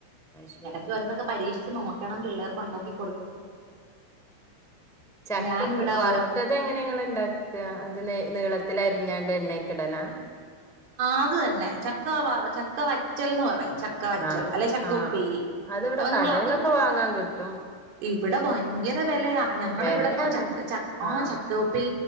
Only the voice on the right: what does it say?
എടയ്ക്ക് ഓരോന്നൊക്കെ പരീക്ഷിച്ച് നോക് ണം പിള്ളേർ കൊണ്ടാക്കി
ഞാനിവിടെ
ഓരോ
അത് തന്നെ ചക്ക വ ചക്ക വച്ചൽന്ന് പറയും ചക്ക വറ്റൽ
അല്ലെ ചക്ക
ഉപ്പേരി
അപ്പൊ
നമ്മൾ അതും
ഇവിടെ ഭയങ്കര വിലയാ ഞങ്ങളടെ
ഇവിടെൊക്കെ ച ച ആ
ചക്ക ഉപ്പേ